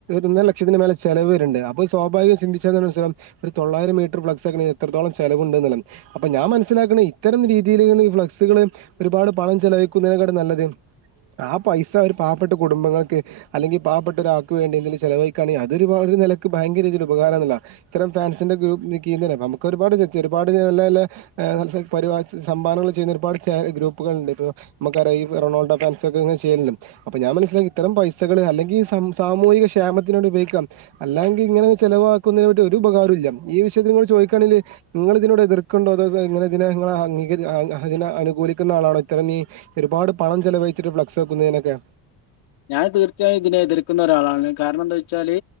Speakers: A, on the right; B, on the left.
A: ഒന്നര ലക്ഷത്തി മേലെ ചെലവ് വെര്ണ് ണ്ട് അപ്പൊ സ്വാഭാവികം ചിന്തിച്ചാത്തെന്നെ മനസ്സിലാവും ഒരു തൊള്ളായിരം മീറ്റർ ഫ്ളക്സ് വെക്കണെങ്കി എത്രത്തോളം ചെലവ്ണ്ട് ന്ന്ള്ളത് അപ്പ ഞാൻ മനസ്സിലാക്കണത് ഇത്തരം രീ ഈ രീതി ഈ ഫ്ലക്സുകള് ഒരുപാട് പണം ചെലവഴിക്കുന്നതിനേക്കാട്ടും നല്ലത് ആ പൈസ ഒരു പാവപ്പെട്ട കുടുംബങ്ങക്ക് അല്ലെങ്കിൽ പാവപ്പെട്ട ഒരാൾക്ക് വേണ്ടി എന്തെലും ചെലവഴിക്കാണെങ്കിൽ അതൊ ഒരു നിലക്ക് ഭയങ്കര രീതിയിൽ ഉപകാരന്ന്ള്ളതാ ഇത്തരം ഫാൻസിന്റെ ഗ്രൂപ്പ് <unintelligible> നമുക്കൊരുപാട് ചച്ച ഒരുപാട് നല്ല നല്ലെ ഫാ ൻസ് സംഭാവനകൾ ചെയ്യുന്ന ഒരുപാട് ഗ്രൂപ്പുകൾണ്ട് ഇപ്പോ നമുക്കറിയ റൊണാൾഡോ ഫാൻസോക്കെങ്ങനെ ചെയ്യലണ്ട് അപ്പൊ ഞാൻ മനസ്സില ഇത്തരം പൈസകള് അല്ലെങ്കി ഈ സാമൂഹിക ക്ഷേമത്തിനോട് ഉപയോഗിക്കാം അല്ലെങ്കിൽ ഇങ്ങനെ ചെലവാക്കുന്നതിനെ പറ്റി ഒരു ഉപകാരുല്ല ഈ ട് ചോയ്ക്കാണെങ്കിൽ ങ്ങള് ഇതിനോട് എതിർ ക്ക്ണ്ടോ അതോ ങ്ങനെ തിനെ അംഗീക എനി അതിനെ അനുകൂലിക്കുന്ന ആളാണോ ഇത്തരം നീ ഒരുപാട് പണം ചെലവഴിച്ചിട്ട് ഫ്ളക്സ് വെക്കുന്നതിനൊക്കെ
B: ഞാൻ തീർച്ചയായും ഇതിനെ എതിർക്കുന്ന ഒരാളാണ് കാരണം എന്താ വെച്ചാല്